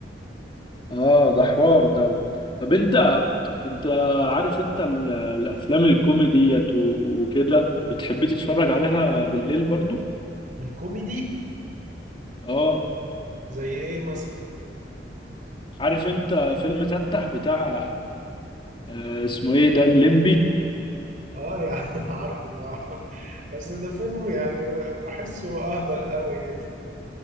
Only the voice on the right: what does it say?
الكوميدي
زي إيه مثلا؟
آه يعني <laughs> عارفه طبعا بس ده فيلم يعني بحسه اهبل قوي